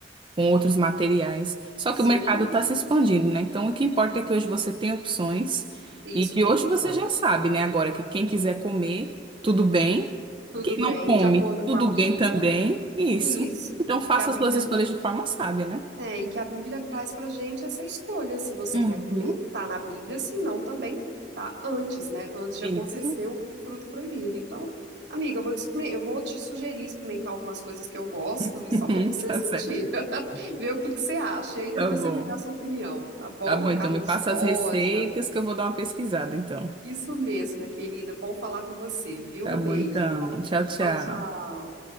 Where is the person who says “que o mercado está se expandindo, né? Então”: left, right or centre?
Right